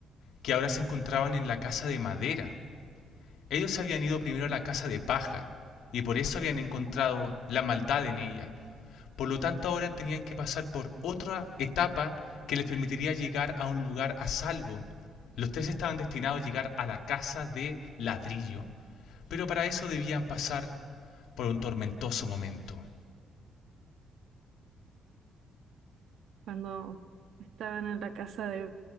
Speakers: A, on the left; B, on the right.
A: que ahora se encontraban en la casa de madera. Ellos habían ido primero a la casa de paja, y por eso habían encontrado la maldad en ella. Por lo tanto, ahora tenían que pasar por otra etapa que les permitiría llegar a un lugar a salvo. Los tres estaban destinados a llegar a la casa de ladrillo, pero para eso debían pasar por un tormentoso momento.
B: Cuando estaban en la casa de,